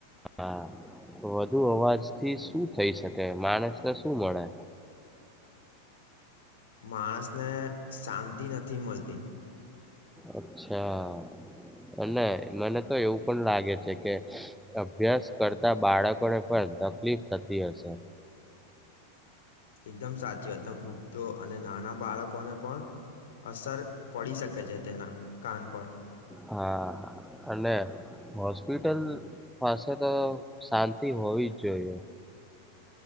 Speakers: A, in the centre; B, on the left (about 60°).
A: હા વધુ થી શું થઈ શકે માણસ ને શું મળે.
B: માણસને શાંતિ નથી મળતી.
A: અચ્છા. અને મને તો એવું પણ લાગે છે કે અભ્યાસ કરતા બાળકો ને પણ તકલીફ થતી હશે.
B: એકદમ સાચી અમ વૃદ્ધો અને નાના બાળકોને પણ અસર પડી શકે છે તેના કાન પર
A: હા અને હોસ્પિટલ પાસે તો શાંતિ હોવી જ જોઈએ.